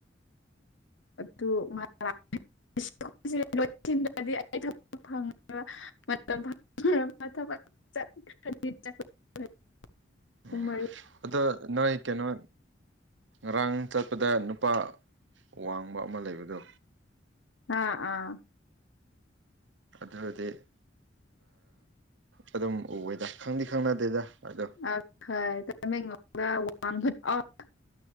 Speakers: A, on the left; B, on the right.
A: <unintelligible> ꯐ ꯃꯇꯝ ꯐꯪꯕ ꯊꯕꯛ ꯆꯠꯈꯔꯗꯤ <unintelligible>
B: ꯎꯝ
A: ꯄꯨꯡ ꯃꯔꯤ
B: ꯑꯗꯣ ꯅꯣꯏ ꯀꯩꯅꯣ ꯉꯔꯥꯡ ꯆꯠꯄꯗ ꯅꯨꯄꯥ ꯋꯥꯡꯕ ꯑꯃ ꯂꯩꯕꯗꯣ
A: ꯑꯥ ꯑꯥ
B: ꯑꯗꯨꯗꯤ ꯑꯗꯨꯝ ꯎꯋꯦꯗ ꯈꯪꯗꯤ ꯈꯪꯅꯗꯦꯗ ꯑꯗꯣ
A: ꯑꯈꯣꯏ ꯇꯥꯏꯃꯦꯡꯗ ꯋꯥꯡꯕ <unintelligible>